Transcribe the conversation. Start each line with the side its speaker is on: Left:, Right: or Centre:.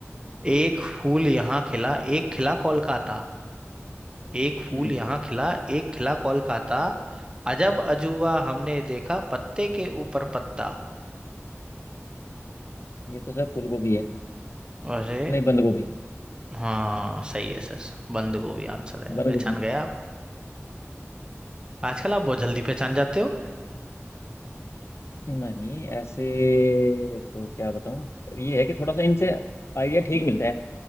Right: एक फूल यहाँ खिला एक खिला कोलकाता एक फूल
Left: हम्म
Right: यहाँ खिला एक खिला कोलकाता अजब अजूबा हमने देखा पत्ते के ऊपर पत्ता
Left: ये तो सर फूल गोभी है
Right: अरे
Left: नहीं बंद गोभी
Right: हाँ सही है सर बंद गोभी आंसर है
Left: बंद
Right: पहचान
Left: गोभी
Right: गए आप आजकल आप बहुत जल्दी पहचान जाते हो
Left: नहीं ऐसे तो क्या बताऊं ये है कि थोड़ा सा इनसे आइडिया ठीक मिलता है